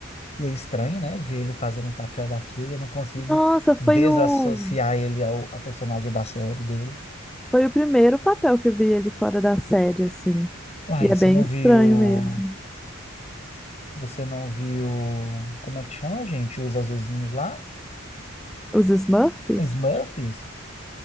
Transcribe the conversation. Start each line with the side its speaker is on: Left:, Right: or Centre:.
Left: E é estranho, né? Ver ele fazendo um papel daquele. Eu não consigo
Centre: Nossa,
Left: desassociar
Centre: foi o.
Left: ele ao, ao personagem da série dele.
Centre: Foi o primeiro papel que eu vi ele fora da série, assim.
Left: Uai,
Centre: E é
Left: você
Centre: bem
Left: não
Centre: estranho
Left: viu.
Centre: mesmo.
Left: Você não viu. Como é que chama, gente? Os azulzinhos lá?
Centre: Os Smurfs?
Left: Smurfs?